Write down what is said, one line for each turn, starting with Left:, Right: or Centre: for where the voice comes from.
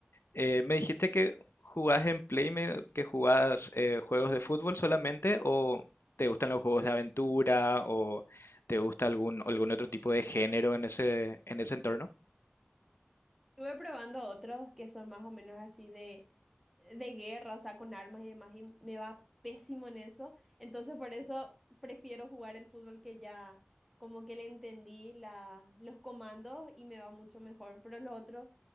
Left: Eh, me dijiste que jugás en Play, me- que jugás eh, juegos de fútbol solamente, o te gustan los juegos de aventura, o te gusta algún, algún otro tipo de género en ese, en ese entorno.
Centre: Estuve probando otros que son más o menos así de, de guerra, o sea, con armas y demás, y me va pésimo en eso. Entonces, por eso prefiero jugar el fútbol que ya como que le entendí la, los comandos y me va mucho mejor. Pero los otros,